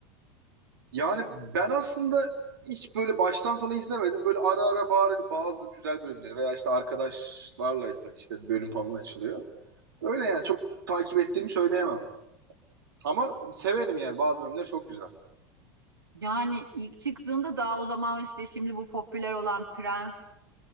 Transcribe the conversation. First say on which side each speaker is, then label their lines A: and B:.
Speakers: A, on the right; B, on the right.
A: Yani ben aslında hiç böyle baştan sona izlemedim. Böyle ara ara bari- bazı güzel bölümleri veya işte arkadaşlarlaysak işte bir bölüm falan açılıyor. Öyle yani çok takip ettiğimi söyleyemem. Ama severim yani bazı bölümler çok güzel.
B: Yani ilk çıktığında daha o zaman işte şimdi bu popüler olan Prens'le